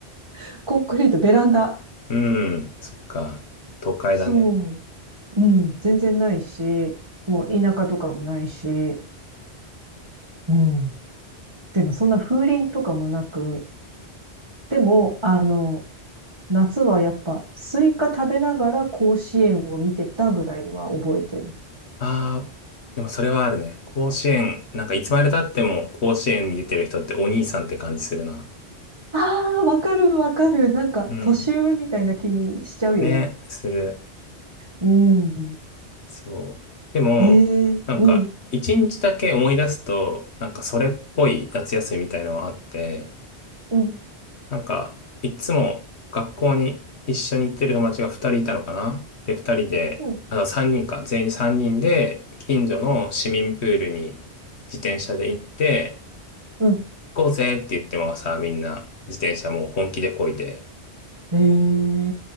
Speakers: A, on the right (about 25°); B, on the left (about 75°).
A: <laughs> コンクリート、ベランダ。
B: うん、そっか、都会だね。
A: そう。うん。全然ないし、もう田舎とかもないし、うん。でもそんな風鈴とかもなく、でも、あの、夏はやっぱスイカ食べながら甲子園を見てたぐらいは覚えてる。
B: ああ、でもそれはあるね。甲子園、なんかいつまで経っても甲子園に出てる人ってお兄さんって感じするな。
A: ああ、わかるわかる。なんか年上みたいな気にしちゃうよね。
B: うん。ね、する。
A: うん。
B: そう。でも、
A: ええうん、
B: なんか、一日だけ思い出すと、なんかそれっぽい夏休みみたいのはあって、
A: うん、
B: なんか、いつも学校に一緒に行ってる友達が二人いたのかなで、二人で、
A: うん。
B: あ、三人か、全員三人で、近所の市民プールに自転車で行って、
A: うん。
B: こうぜって言ってもさ、みんな自転車もう本気で漕いで、
A: え